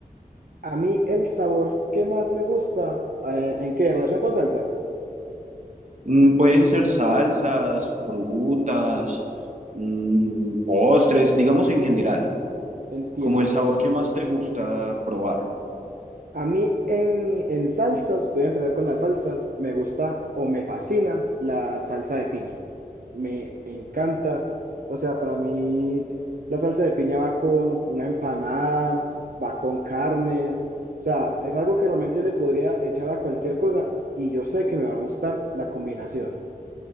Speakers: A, on the right; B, on the right.
A: A mí el sabor que más me gusta, eh, ¿en qué? ¿En relación con salsas?
B: Mm, Pueden ser salsas, frutas, mm, postres, digamos en general,
A: Entiendo.
B: como el sabor que más te gusta probar.
A: A mí en, en salsas, voy a empezar con las salsas, me gusta o me fascina la salsa de piña. Me encanta. O sea, para mí la salsa de piña va con una empanada, va con carnes. O sea, es algo que realmente yo le podría echar a cualquier cosa y yo sé que me va a gustar la combinación.